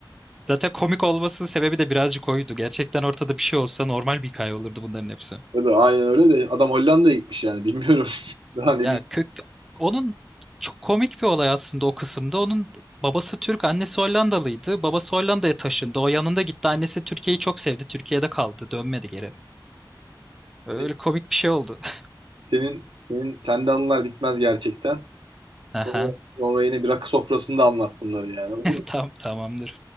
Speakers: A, in the centre; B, on the right (about 85°).
A: Zaten komik olmasının sebebi de birazcık oydu. Gerçekten ortada bir şey olsa normal bir hikaye olurdu bunların hepsi.
B: Tabii aynen öyle de adam Hollanda'ya gitmiş yani bilmiyorum. <laughs> Daha ne
A: Ya
B: diyeyim.
A: kök onun çok komik bir olay aslında o kısımda. Onun babası Türk, annesi Hollandalıydı. Babası Hollanda'ya taşındı. O yanında gitti. Annesi Türkiye'yi çok sevdi. Türkiye'de kaldı. Dönmedi geri. Öyle
B: Hani
A: komik bir şey oldu. <laughs>
B: Senin senin sende anılar bitmez gerçekten.
A: Aha.
B: Sonra, sonra yine bir rakı sofrasında anlat bunları yani.
A: Tam tamamdır.